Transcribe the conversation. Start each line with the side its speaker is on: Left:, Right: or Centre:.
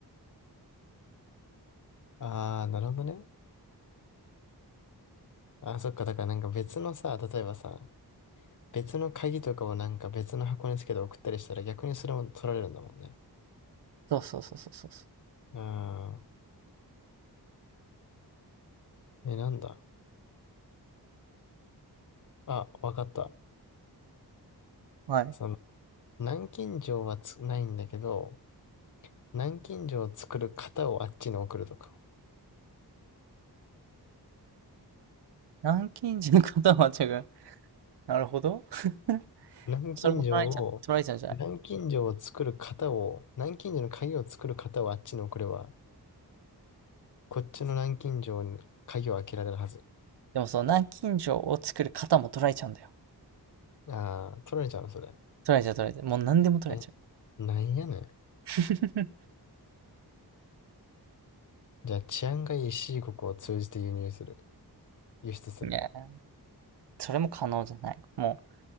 Left: ああ、なるほどね。ああ、そっか。だからなんか別のさ、例えばさ、別の鍵とかをなんか別の箱につけて送ったりしたら逆にそれも取られるんだもんね。
Right: そうそうそうそうそうそ
Left: ああ、え、なんだ。あ、わかった。
Right: う。はい。
Left: その、南京錠はつ、ないんだけど、南京錠を作る型をあっちに送るとか。
Right: 南京人ことはちゃが、<laughs> なるほど。<laughs>
Left: 南京錠を、
Right: それも捉えちゃう、捉えちゃうじゃない。
Left: 南京錠を作る型を、南京錠の鍵を作る型をあっちに送れば、こっちの南京錠に鍵を開けられるはず。
Right: でもその南京錠を作る方も捉えちゃうんだよ。
Left: ああ、取られちゃうの、それ。
Right: 捉えちゃう捉えちゃう。もう何でも捉えちゃう。
Left: え、なんやねん。
Right: <laughs>
Left: じゃあ治安がいい C 国を通じて輸入する。輸出する。
Right: いや、それも可能じゃない。もう